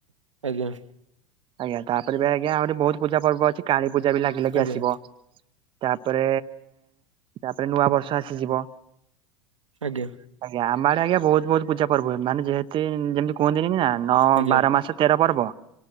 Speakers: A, on the right; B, on the right.
A: ଆଜ୍ଞା।
B: ଆଜ୍ଞା ତାପରେ ବି ଆଜ୍ଞା ଆହୁରି ବହୁତ୍ ପୂଜା ପର୍ବ ଅଛି କାଳୀ ପୂଜା ବି ଲାଗି ଲାଗି
A: ଆଜ୍ଞା
B: ଆସିବ। ପରେ ତାପରେ ନୂଆ ବର୍ଷ ଆସିଯିବ।
A: ଆଜ୍ଞା।
B: ଆଜ୍ଞା ଆମଆଡେ ଆଜ୍ଞା ବହୁତ୍ ବହୁତ୍ ପୂଜାପର୍ବ ହୁଏ ମାନେ ଯେମହେତି ଯେମିତି କୁହନ୍ତିନି ନା। ନଅ
A: ଆଜ୍ଞା
B: ବାର ମାସ ତେର ପର୍ବ।